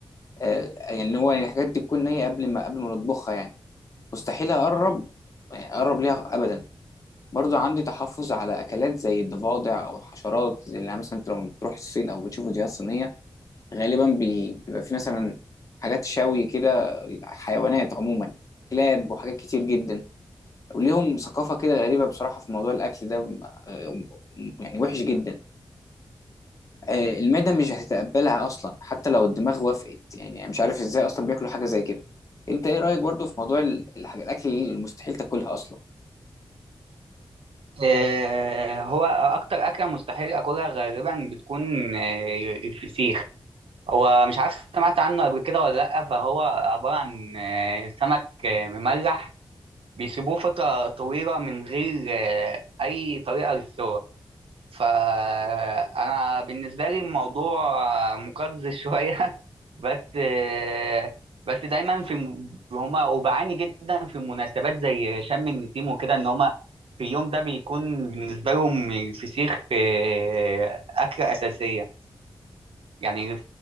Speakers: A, on the left (about 35°); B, on the right (about 85°).
A: آه، يعني اللي هو يعني الحاجات دي تكون نية قبل ما قبل ما نطبخها يعني مستحيل اقرب يعني اقرب ليها ابدا برضو عندي تحفظ على اكلات زي الضفادع او الحشرات زي اللي يعني مثلا انت لما بتروح الصين او بتشوف فيديوهات صينيه غالبا بي- بيبقى في مثلا حاجات شوي كده حيوانات عموما كلاب وحاجات كتير جدا وليهم ثقافه كده غريبه بصراحه في موضوع الاكل ده م- آه، يعني وحش جدا آه، المعده مش هتتقبلها اصلا حتى لو الدماغ وافقت يعني مش عارف ازاي اصلا بياكلوا حاجه زي كده انت ايه رايك برضو في موضوع ال- الحاجة- الاكل اللي مستحيل تاكلها اصلا
B: آه، هو أكتر أكلة مستحيل أكلها غالبا بتكون آه، الفسيخ هو مش عارف سمعت عنه قبل كده ولا لأ فهو عبارة عن آه، سمك آه، مملح بيسيبوه فترة طويلة من غير آه، أي طريقة للسوى فأنا بالنسبة لي الموضوع آه، مقزز شوية <laughs> بس آه، بس دايما في الم- هما وبعاني جدا في مناسبات زي شم النسيم وكده إن هما في اليوم ده بيكون بالنسبة لهم الفسيخ آه، أكلة أساسية يعني